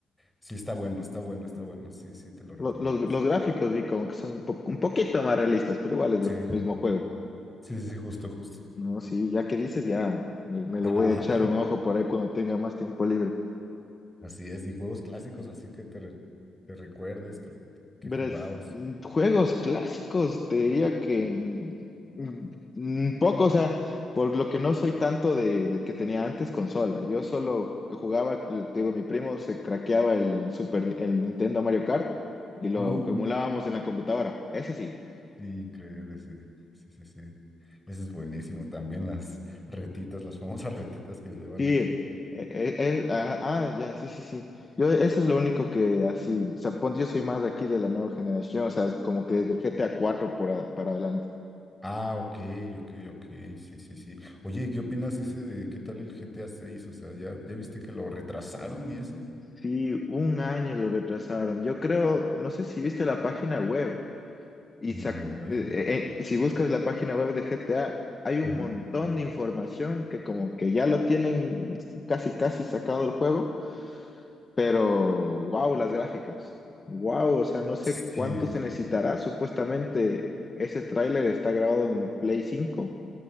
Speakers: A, in the centre; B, on the left.
A: sí está bueno, está bueno, está bueno, sí, sí te lo recomiendo.
B: Lo- Los, los gráficos vi como que son un, po- un poquito más realistas, pero igual es del
A: Sí,
B: mismo juego.
A: sí, sí, justo, justo.
B: No, sí, ya que dices, ya me, me lo
A: Ajá,
B: voy a echar
A: <laughs>
B: un ojo por ahí cuando tenga más tiempo libre.
A: así es, y juegos clásicos así que te, re- te recuerdes que, que
B: Verás,
A: jugabas.
B: mm, juegos clásicos, te diría que mm, mm, poco, o sea, por lo que no soy tanto de, del que tenía antes consola. Yo solo jugaba, te digo, mi primo se craqueaba el Super, el Nintendo Mario Kart y lo
A: Uh,
B: emulábamos en la computadora. Ese sí.
A: Sí, increíble, sí. Sí, sí, sí. Ese es buenísimo. También las retitas, las famosas <laughs> retitas que le llevan
B: Sí,
A: aquí.
B: eh, eh, eh, ah, ah, ya, sí, sí, sí. Yo, eso es lo único que así, o sea, ponte, yo soy más de aquí de la nueva generación, o sea, es como que desde el GTA cuatro por a- para adelante.
A: Ah, ok, ok, ok. Sí, sí, sí. Oye, ¿y qué opinas ese de qué tal el GTA 6? O sea, ¿ya, ya viste que lo retrasaron y eso?
B: Sí, un año lo retrasaron. Yo creo, no sé si viste la página web y
A: No,
B: sac- eh,
A: ¿eh?
B: eh, si buscas la página web de GTA, hay un
A: Ujú.
B: montón de información que como que ya lo tienen casi casi sacado el juego Pero, wow, las gráficas. Wow, o sea, no sé
A: Sí,
B: cuánto se necesitará. Supuestamente ese tráiler está grabado en Play cinco